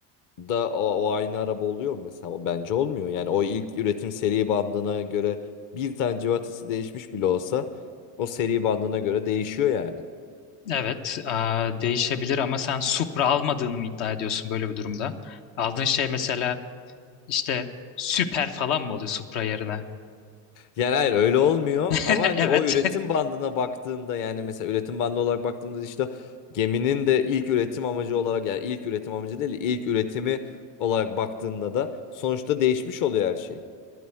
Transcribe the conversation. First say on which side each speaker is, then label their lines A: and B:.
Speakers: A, on the left; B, on the left.
A: da o, o aynı araba oluyor mu mesela? O Bence olmuyor. Yani o ilk üretim seri bandına göre bir tane civatası değişmiş bile olsa o seri bandına göre değişiyor yani.
B: Evet, eee, değişebilir ama sen Supra almadığını mı iddia ediyorsun böyle bir durumda? Aldığın şey mesela işte süper falan mı oluyor Supra yerine?
A: Yani hayır öyle olmuyor
B: <laughs>
A: ama
B: Evet.
A: hani o üretim bandına baktığında yani mesela üretim bandı olarak baktığımda işte geminin de ilk üretim amacı olarak yani ilk üretim amacı değil de ilk üretimi olarak baktığında da sonuçta değişmiş oluyor her şey.